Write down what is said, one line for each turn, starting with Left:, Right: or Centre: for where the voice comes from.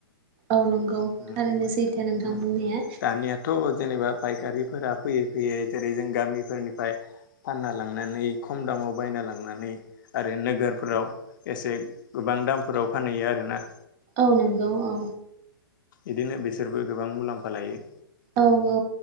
Right: औ नंगौ
Left: उम
Right: थारैनो सैथो नोंथां
Left: उम
Right: बुंनाया।
Left: दानियाथ' जेनेबा फायखारिफोरा फैयै फैयै जेरै जों गामिफोरनिफ्राय फानना लांनानै खम दामाव बायना लांनानै आरो नोगोरफोराव एसे गोबां दामफोराव फानहैयो आरोना।
Right: औ नंगौ औ
Left: इदिनो बिसोरबो गोबां मुलाम्फा लायो।
Right: औ औ